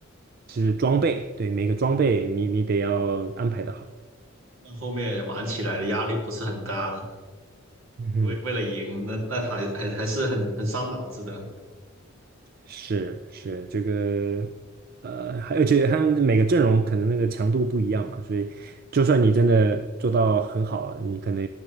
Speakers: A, on the right; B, on the right.
A: 就是装备，对每个装备你你得要安排的好。
B: 那后面玩起来的压力不是很大，
A: 嗯哼。
B: 为为了赢，那那还还还是很很伤脑子的。
A: 是是这个，呃，还而且他们每个阵容可能那个强度不一样嘛，所以就算你真的做到很好了，你可能